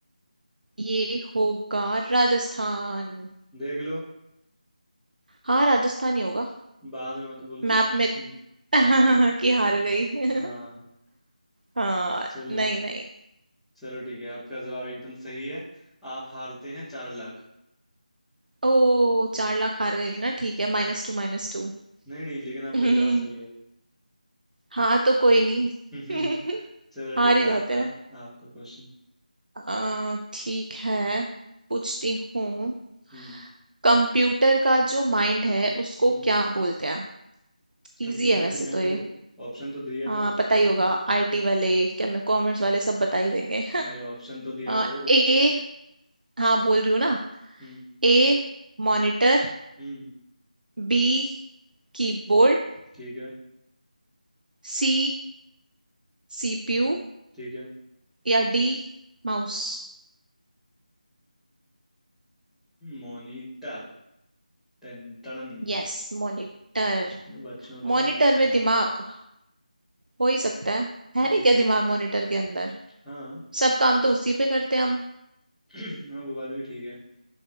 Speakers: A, on the right; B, in the centre.
A: ये होगा राजस्थान
B: देख लो
A: हाँ राजस्थान ही होगा
B: बाद में मत बोलना
A: मैप
B: हम्म,
A: में <laughs> कि हार गई <laughs>
B: हाँ
A: हाँ
B: चलो
A: नहीं नहीं
B: चलो ठीक है आपका जवाब एकदम सही है आप हारते हैं चार लाख
A: ओ चार लाख हार गई ना ठीक है माइनस टू माइनस टू
B: नहीं नहीं लेकिन आपका
A: <laughs>
B: जवाब सही है
A: हाँ तो कोई नहीं
B: <laughs>
A: <laughs>
B: चलो
A: हार
B: ठीक
A: ही
B: है
A: जाते
B: आपका
A: हैं
B: आपका क्वेश्चन
A: अ, ठीक है पूछती हूँ
B: हम्म
A: कंप्यूटर का जो माइंड है उसको
B: हम्म
A: क्या बोलते हैं
B: कंप्यूटर
A: इजी है वैसे
B: के माइंड
A: तो ये
B: को ऑप्शन तो दिया
A: हाँ
B: करो
A: पता ही होगा आईटी वाले क्या मैं कॉमर्स वाले सब बता ही देंगे
B: अरे ऑप्शन तो दिया करो
A: <laughs> ए हाँ बोल रही हूँ ना
B: हम्म
A: A monitor
B: हम्म
A: B keyboard
B: ठीक है
A: C CPU
B: ठीक है
A: या D mouse
B: मॉनिटर टेंटन
A: Yes monitor
B: बच्चों का
A: Monitor
B: वाला सवाल
A: में दिमाग
B: है
A: हो ही सकता है है
B: हम्म
A: नहीं क्या दिमाग मॉनिटर के अंदर
B: हाँ
A: सब काम तो उसी पे करते हैं हम
B: <clears throat> हाँ वो बात भी ठीक है